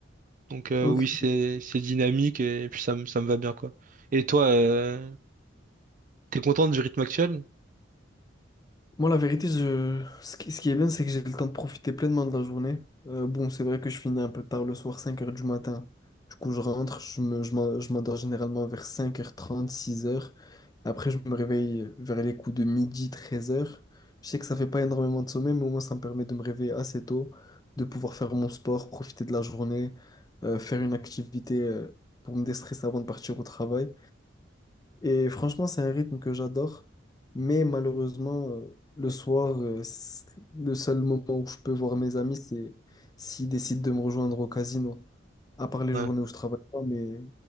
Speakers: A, on the right; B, on the left.
A: Donc euh,
B: Ok.
A: oui, c'est c'est dynamique et puis ça me ça me va bien quoi. Et toi, euh, t'es contente du rythme actuel?
B: Moi, la vérité, je... ce qui, ce qui est bien, c'est que j'ai le temps de profiter pleinement de la journée. Euh, bon, c'est vrai que je finis un peu tard le soir, cinq heures du matin. Du coup, je rentre, je me, je m'en- je m'endors généralement vers cinq heures trente, six heures. Après, je me réveille vers les coups de midi, treize heures. Je sais que ça fait pas énormément de sommeil, mais au moins, ça me permet de me réveiller assez tôt, de pouvoir faire mon sport, profiter de la journée, euh, faire une activité, euh, pour me déstresser avant de partir au travail. Et franchement, c'est un rythme que j'adore. Mais malheureusement, euh, le soir, euh, c'est- le seul moment où je peux voir mes amis, c'est s'ils décident de me rejoindre au casino. À part les
A: Ouais.
B: journées où je travaille pas, mais,